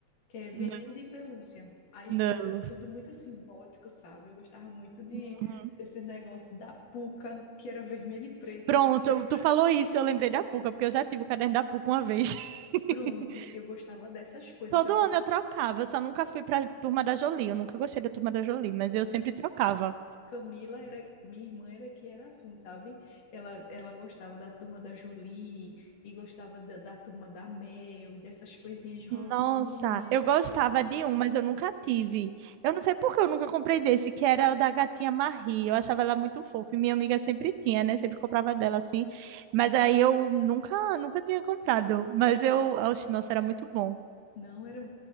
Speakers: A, on the left; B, on the right.
A: que é Veneno
B: Não,
A: de Pelúcia. Aí
B: não.
A: era tudo muito assim, gótico, sabe? Eu gostava muito de,
B: Uhum.
A: desse negócio da Puca, que era vermelho e preto,
B: Pronto,
A: tu lembra?
B: tu falou isso, eu lembrei da Puca, porque eu já tive o caderno da Puca uma vez.
A: Pronto,
B: <laughs>
A: eu gostava dessas coisas,
B: Todo
A: eu era
B: ano eu trocava, eu só nunca fui pra Turma da Jolie. Eu nunca gostei da Turma da Jolie, mas eu
A: pronto.
B: sempre trocava.
A: Camila era, minha irmã era que era assim, sabe? Ela, ela gostava da turma da Jolie e gostava da, da turma da Mel e dessas coisinhas rosinhas,
B: Nossa, eu gostava
A: não sei.
B: de um, mas eu nunca tive. Eu não sei por que eu nunca comprei desse, que era o da gatinha Marie. Eu achava ela muito fofa, e minha amiga sempre tinha, né? Sempre comprava dela assim. Mas aí eu nunca, nunca tinha comprado. Mas eu, oxe, nossa, era muito bom.
A: Não, era,